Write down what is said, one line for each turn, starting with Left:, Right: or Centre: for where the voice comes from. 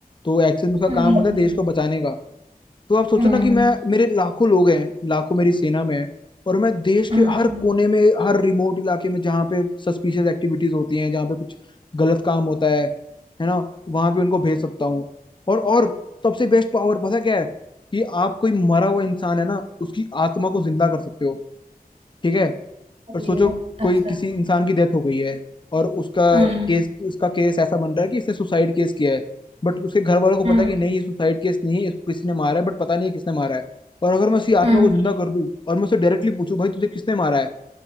Left: तो एक्चुअल में उसका
Right: हम्म
Left: काम होता है देश को बचाने का तो आप सोचो
Right: हम्म
Left: ना कि मैं मेरे लाखों लोग हैं लाखों मेरी सेना में है और मैं देश के
Right: हम्म
Left: हर कोने में हर रिमोट इलाके में जहाँ पे सस्पिशियस एक्टिविटीज होती हैं जहाँ पे कुछ गलत काम होता है है ना वहां पे उनको भेज सकता हूँ और और सबसे बेस्ट पावर पता क्या है कि आप कोई मरा हुआ इंसान है ना उसकी आत्मा को जिंदा कर सकते हो ठीक है और
Right: Yeah,
Left: सोचो
Right: that's
Left: कोई
Right: right.
Left: किसी इंसान की डेथ हो गई है और उसका
Right: Mm,
Left: केस उसका केस ऐसा बन रहा है कि इसने सुसाइड केस किया है बट उसके घर वालों को
Right: mm,
Left: पता है कि नहीं ये सुसाइड केस नहीं है इसको किसी ने मारा है बट पता नहीं है किसने मारा है और अगर मैं उसकी
Right: mm.
Left: आत्मा को जिंदा कर दूं और मैं उसे डायरेक्टली पूछूं भाई तुझे किसने मारा है,